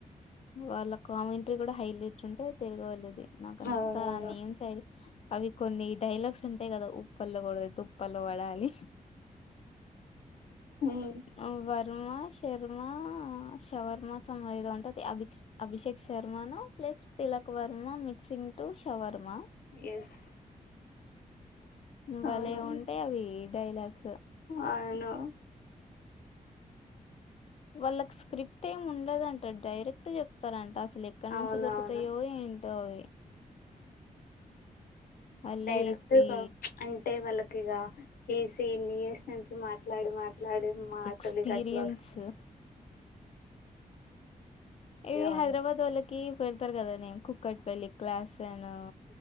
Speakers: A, on the left; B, on the left.
A: వాళ్ళ కామెంట్రీ కూడా హైలట్ ఉంటది తెలుగోళ్ళది నాకంతా
B: అవునవును
A: నేమ్ సైడ్ అవి కొన్ని డైలాగ్స్ ఉంటాయి కదా ఉప్పల్లో గొడితే తుప్పల్లో పడాలి
B: ఉమ్
A: ఆ వర్మ శర్మ షవర్మ సం ఏదో అంటర్ అబిక్స్ అభిషేక్ శర్మను plus Tilak Varma mixing to shawarma
B: yes
A: మ్ బలే
B: అవును
A: ఉంటయి అవి డైలాగ్స్
B: అవును
A: వాళ్ళకి స్క్రిప్ట్ ఏమి ఉండదంట డైరెక్ట్ చెప్తారంట అసలుక్ ఇక్కడ
B: అవునవును
A: నుంచి దొరుకుతాయో ఏంటో అవి మళ్ళీ
B: డైరెక్ట్ గా
A: ఈ
B: అంటే వాళ్ళకి ఇగ చేసి ఇన్ని ఇయర్స్ నుంచి మాట్లాడి మాట్ ట్లాడి మాటలు
A: ఎక్స్పీరియన్స్
B: గట్లా వస్తయ్
A: ఇవి
B: వాళ్ళకు
A: హైదరాబాద్ ఒళ్ళకి పెడతారు కదా నే కుక్కట్ పల్లి క్లాస్ తను